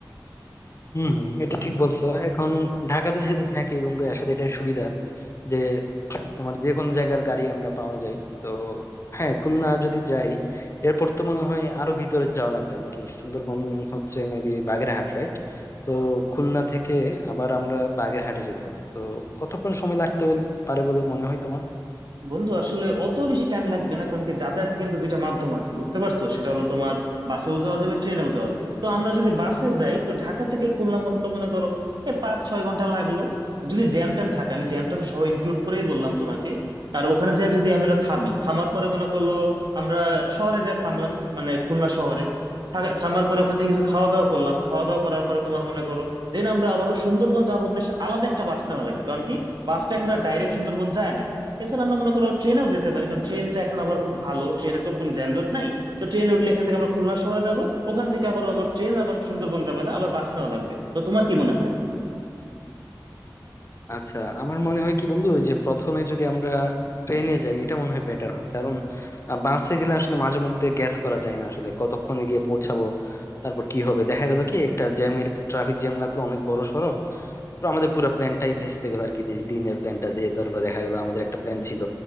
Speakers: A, on the left (about 40°); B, on the right (about 70°).
A: হম হম এটা ঠিক বলছো এখন ঢাকাতে যেহেতু থাকি বন্ধু আসলে এটা সুবিধা যে তোমার যে কোন জায়গার গাড়ি আমরা পাওয়া যায় তো হ্যাঁ খুলনা যদি যাই এরপর তো মনে হয় আরো ভিতরে যাওয়া লাগবে নাকি সুন্দরবন হচ্ছে মেবি বাগেরহাট রাইট তো খুলনা থেকে আবার আমরা বাগেরহাটে যেতে হবে তো কতক্ষণ সময় লাগতে বল- পারে বলে মনে হয় তোমার
B: বন্ধু আসলে অত বেশি টাইম লাগবে না কারণ কি যাতায়াতে কিন্তু দুইটা মাধ্যম আছে বুঝতে পারছো সেটা হলো তোমার বাসেও যাওয়া যাবে ট্রেনেও যাওয়া যাবে তো আমরা যদি বাসে যাই তো ঢাকা থেকে খুলনা মূলত মনে করো এই পাঁচ ছয় ঘন্টা লাগলো যদি জ্যাম ট্যাম থাকে আমি জ্যাম ট্যাম সহ ইনক্লুড করেই বললাম তোমাকে আর ওখানে যে যদি আমরা থামি থামার পরে মনে করলো আমরা শহরে যা থামলাম মানে খুলনা শহরে থা- থামার পরে ওখান থেকে কিছু খাওয়া দাওয়া করলাম খাওয়া দাওয়া করার পরে তোমার মনে করো দেন আমরা আবারও সুন্দরবন যাওয়ার উদ্দেশ্যে আলাদা একটা বাস নেওয়া লাগবে কারণ কি বাসটা এখন আর ডাইরেক্ট সুন্দরবন যায় না এছাড়া আমরা মনে করো ট্রেনেও যেতে পারি কারণ ট্রেনটা এখন আবার খুব ভালো ট্রেনে তো কোনো যানজট নাই তো ট্রেনে উঠলে এখান থেকে আমরা খুলনা শহরে যাব ওখান থেকে আবার আবার ট্রেন আবার সুন্দরবন যাবে না আবার বাস নেওয়া লাগবে তো তোমার কি মনে হয়
A: আচ্ছা আমার মনে হয় কি বন্ধু ওই যে প্রথমে যদি আমরা ট্রেনে যাই এটা মনে হয় বেটার হয় কারণ আহ, বাসে গেলে আসলে মাঝে মধ্যে গ্যাস করা যায় না আসলে কতক্ষণে গিয়ে পৌঁছাবো তারপর কি হবে দেখা গেল কি একটা জ্যামের ট্রাফিক জ্যাম লাগলো অনেক বড় তো আমাদের পুরো প্ল্যানটাই ভেস্তে গেল আর কি যে দিনের প্ল্যানটা যে ধরো দেখা গেল আমাদের একটা প্ল্যান ছিল